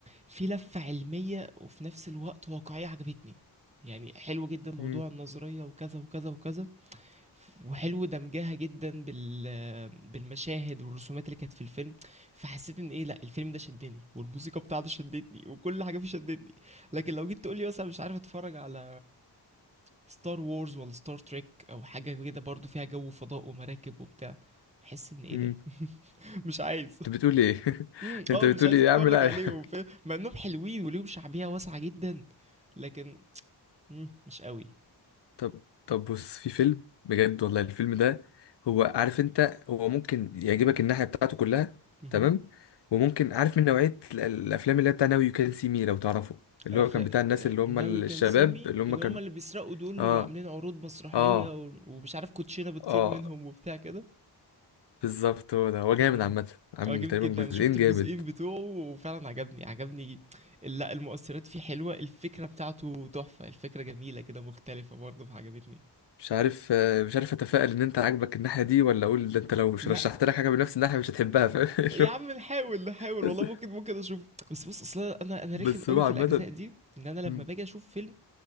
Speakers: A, on the right; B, on the left.
A: في لفة علمية وفي نفس الوقت واقعية عجبتني يعني حلو جدا موضوع
B: امم
A: النظرية وكذا وكذا وكذا وحلو دمجها جدا بال بالمشاهد والرسومات اللي كانت في الفيلم فحسيت ان ايه لا الفيلم ده شدني والموسيقى بتاعته شدتني وكل حاجة فيه شدتني لكن لو جيت تقولي مثلا مش عارف اتفرج على ستار وورز ولا ستار تريك او حاجة كده برضو فيها جو فضاء ومراكب وبتاع احس ان ايه
B: امم
A: ده <laughs> مش عايز
B: انت بتقول ايه <laughs>
A: امم اه
B: انت بتقول
A: مش عايز
B: ايه
A: اتفرج
B: يا عم لا
A: عليهم
B: يا عم.
A: فاهم مع انهم حلوين وليهم شعبية واسعة جدا لكن مم. مش قوي
B: طب طب بص في فيلم بجد والله الفيلم ده هو عارف انت هو ممكن يعجبك الناحية بتاعته كلها
A: امم
B: تمام وممكن عارف من نوعية ال- الافلام اللي هي بتاع ناو يو كان سي مي لو تعرفه اللي
A: افلام
B: هو كان بتاع الناس اللي هم
A: ناو
B: الشباب
A: يو كان سي مي
B: اللي هم
A: اللي
B: كانوا
A: هما اللي بيسرقوا دول
B: اه
A: وعاملين عروض مسرحية
B: اه
A: و- ومش عارف كوتشينة بتطير
B: اه
A: منهم وبتاع كده
B: بالظبط هو ده هو جامد
A: امم
B: عامة عامل
A: اه جامد
B: تقريبا
A: جدا انا
B: جزئين
A: شفت الجزئين
B: جامد
A: بتوعه وفعلا عجبني عجبني ال- لا المؤثرات فيه حلوة الفكرة بتاعته تحفة الفكرة جميلة كده مختلفة برضه فعجبتني
B: مش عارف آه، مش عارف اتفائل ان انت عاجبك الناحية دي ولا اقول ده انت لو مش
A: لا
B: رشحت لك حاجة بنفس الناحية مش هتحبها فاهم <laughs> اللي
A: يا
B: هو
A: عم نحاول نحاول
B: بس
A: والله ممكن ممكن اشوف بس بص اصلا انا انا
B: بس
A: رخم قوي
B: هو عامة
A: في الاجزاء دي ان انا لما
B: مم،
A: باجي اشوف فيلم